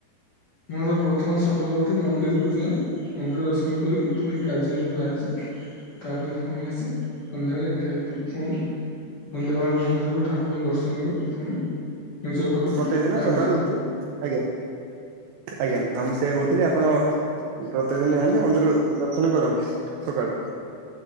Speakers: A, on the left; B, on the right.
A: ମୋର ପ୍ରଥମ ସକାଳୁ ଉଠି ମନ୍ଦିରକୁ ଯାଏଁ। ମନ୍ଦିର ଦର୍ଶନ କରିକି ପୁଣି କାର୍ଯ୍ୟ ବାହାରିଯାଏ। ତାପରେ ପୁଣି ଆସି ସନ୍ଧ୍ୟାବେଳେ ଖାଇକି ପୁଣି ସନ୍ଧ୍ୟାବେଳେ ମନ୍ଦିରକୁ ଠାକୁରଙ୍କଙ୍କୁ ଦର୍ଶନ କରି ପୁଣି ନିଜ ଘରକୁ
B: ପ୍ରତ୍ୟେକ ଦିନ
A: ବାହଡୁଛି
B: ସକାଳୁ ଉଠି ଆଜ୍ଞା ଆଜ୍ଞା ଆ ମୁଁ ସେ କହୁଥିଲି ଆପଣ ପ୍ରତ୍ୟେକ ଦିନ ଯଆନ୍ତି ମନ୍ଦିର ଦର୍ଶନ କରନ୍ତି ସକାଳୁ।